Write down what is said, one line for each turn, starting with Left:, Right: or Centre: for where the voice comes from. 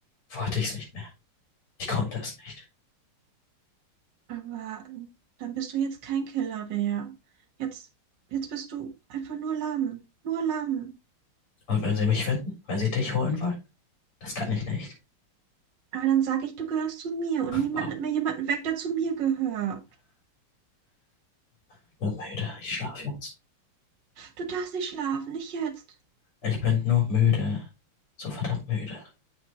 Left: wollte ich es nicht mehr. Ich konnte es nicht.
Right: Aber dann bist du jetzt kein Killer mehr. Jetzt, jetzt bist du einfach nur Lamm, nur Lamm.
Left: Und wenn sie mich finden, wenn sie dich holen wollen, das kann ich nicht.
Right: Aber dann sage ich, du gehörst zu mir und niemand
Left: Wow.
Right: nimmt mir jemanden weg, der zu mir gehört.
Left: Ich bin müde. Ich schlafe jetzt.
Right: Du darfst nicht schlafen, nicht jetzt.
Left: Ich bin nur müde. So verdammt müde.